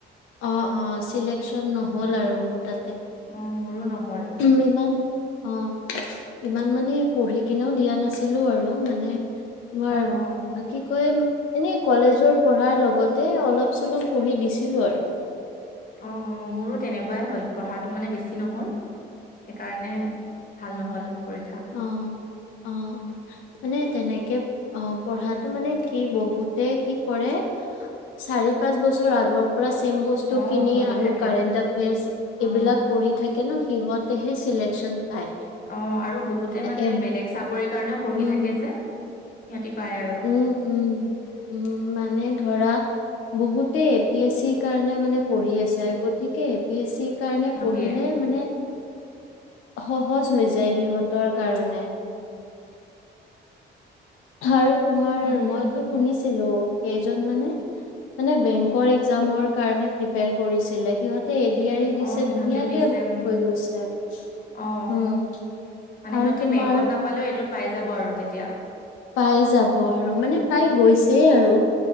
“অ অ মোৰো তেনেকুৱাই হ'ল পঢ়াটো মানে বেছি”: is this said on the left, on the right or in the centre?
Left